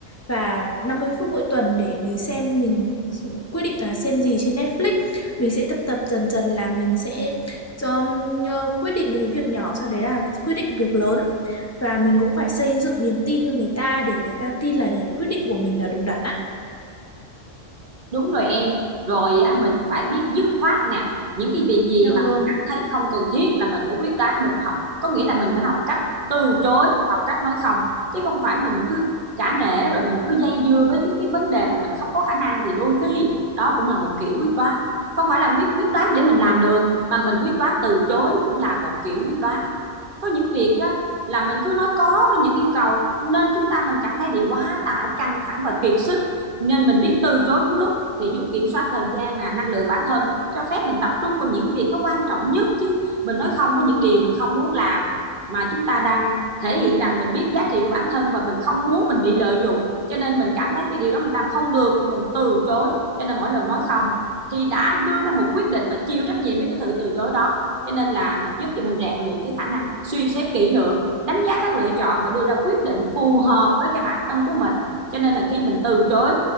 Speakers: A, on the left; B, on the right.
A: và 50 phút mỗi tuần để mình xem mình quyết định là xem gì trên Netflix. Mình sẽ tập tập dần dần là mình sẽ um, ờ, quyết định những cái việc nhỏ sau đấy là quyết định việc lớn và mình cũng phải xây dựng niềm tin cho người ta để người ta tin là những cái quyết định của mình là đúng đắn á.
B: Đúng rồi em, rồi á, mình phải biết dứt khoát nè, những cái việc gì
A: Dạ
B: mà
A: vâng.
B: mình cảm thấy không cần thiết là mình phải quyết đoán mình học, có nghĩa là mình phải học cách từ chối, học cách nói không, chứ không phải mình cứ cả nể rồi mình cứ dây dưa với cái cái vấn đề mà mình không có khả năng thì đôi khi đó cũng là một kiểu quyết đoán, không phải là quyết quyết đoán để mình làm được mà mình quyết đoán từ chối cũng là một kiểu quyết đoán. Có những việc á là mình cứ nói có với những yêu cầu nên chúng ta mình cảm thấy bị quá tải, căng thẳng và kiệt sức nên mình biết từ chối đúng lúc thì giúp kiểm soát thời gian nè năng lượng bản thân cho phép mình tập trung vào những việc nó quan trọng nhất chứ mình nói không với những điều mình không muốn làm mà chúng ta đang thể hiện rằng mình biết giá trị của bản thân và mình không muốn mình bị lợi dụng cho nên mình cảm thấy cái điều đó mình làm không được thì mình từ chối cho nên mỗi lần nói không thì đã đưa ra một quyết định và chịu trách nhiệm với cái sự từ chối đó cho nên là mình giúp cho mình rèn luyện cái khả năng suy xét kỹ lưỡng đánh giá các lựa chọn và đưa ra quyết định phù hợp với cái bản thân của mình cho nên là khi mình từ chối